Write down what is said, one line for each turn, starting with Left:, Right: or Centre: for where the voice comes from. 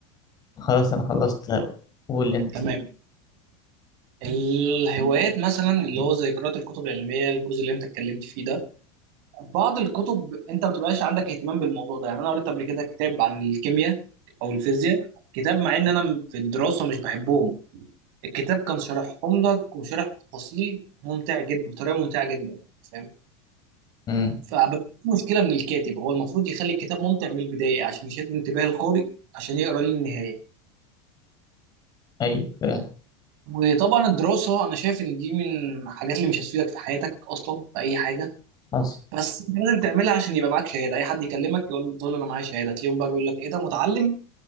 Left: خلاص أنا خلصت قول أنت
Right: تمام الهوايات مثلا اللي هو زي قراءة الكتب العلمية الجزء اللي انت اتكلمت فيه ده بعض الكتب انت ما بتبقاش عندك اهتمام بالموضوع ده يعني انا قريت قبل كده كتاب عن الكيمياء او الفيزياء كتاب مع ان انا في الدراسة مش بحبهم الكتاب كان شارحهم لك وشارح تفاصيل ممتع جدا بطريقة ممتعة جدا فاهم
Left: أمم
Right: فبس في مشكلة من الكاتب هو المفروض يخلي الكتاب ممتع من البداية عشان يشد انتباه القارئ عشان يقرا للنهاية
Left: أيوه فعلا
Right: وطبعا الدراسة أنا شايف إن دي من الحاجات اللي مش هتفيدك في حياتك أصلا في أي حاجة
Left: حصل
Right: بس أنت لازم تعملها عشان يبقى معاك شهادة أي حد يكلمك يقول تقول له أنا معايا شهادة تلاقيهم بقى بيقول لك إيه ده متعلم